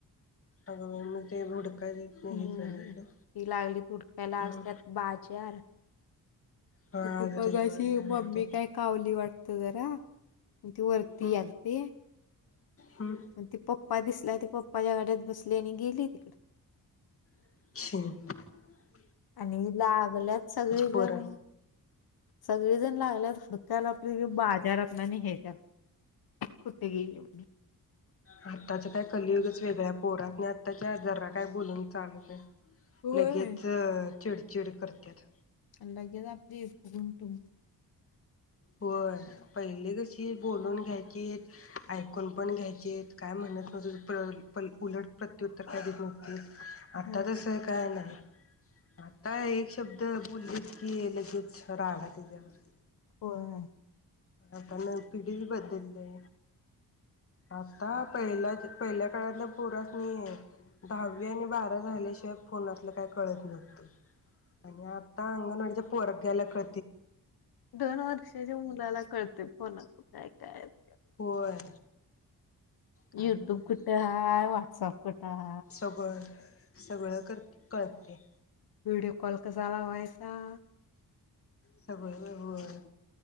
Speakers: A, on the left; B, on the left.
A: अग बाई मग ते <unintelligible> नाही
B: हम्म,
A: हेच म्हणायचं
B: ती लागली तुडक्याला,
A: हम्म
B: आज त्यात बाजार,
A: हा
B: त
A: आज
B: बघा
A: रविवार
B: अशी
A: काय मिळतंय
B: मम्मी काय कावली वाटत. तुगरा म त वरती
A: हम्म
B: याल ती.
A: हम्म
B: मग त पप्पा दिसलाय ते पप्पाच्या गाडीत बसली आणि गेली. तिकड
A: शन-
B: आणि लागल्यात सगळे जन
A: पोरं
B: सगळीजण लागल्यात काल आपली बाजारात ना, आणि हे. कुट गेली
A: आत्ताचं काय कलयुगच वेगळं हाय पोरास्नी आत्ताच्या जरा काय बोलून चालत नाय.
B: होय
A: लगेच चिडचिड करत्यात.
B: <unintelligible>
A: होय पहिले कशी बोलून घ्यायचीत, ऐकून पण घ्यायचेत, काय म्हणत नव्हत उलट प्रत्युत्तर काय देत नव्हती. आत्ता
B: होय.
A: तस काय नाय. आता एक शब्द बोलले की लगेच राडा त्याच्यावर
B: होय
A: आपण पिढी बदलली. आता पहिल्या पहिल्या काळाल्या पोरास्नी दहावी आणि बारावी झाल्याशिवाय फोनातलं काही कळत नव्हतं. आणि आता अंगणवाडीच्या पोरा <unintelligible>
B: दोन वर्षाच्या मुलाला कळतंय फोनं कुठाय काय हेत.
A: होय. काय
B: युट्यूब
A: नव्ह
B: कुठ हाय वा <unintelligible>
A: सगळं सगळं करते कळते.
B: व्हिडिओ कॉल कसा लावाय असा
A: सगळ वेगवेगळ